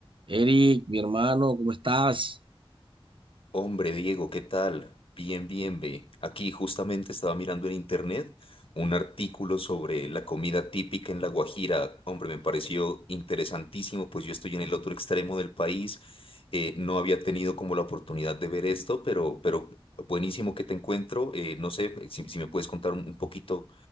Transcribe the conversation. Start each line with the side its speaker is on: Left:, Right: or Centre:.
Right: Eric, mi hermano, ¿cómo estás?
Left: Hombre, Diego, ¿qué tal? Bien, bien, ve. Aquí justamente estaba mirando en internet un artículo sobre la comida típica en La Guajira. Hombre, me pareció interesantísimo, pues yo estoy en el otro extremo del país. eh, no había tenido como la oportunidad de ver esto, pero, pero buenísimo que te encuentro. eh, no sé eh, si, si me puedes contar un, un poquito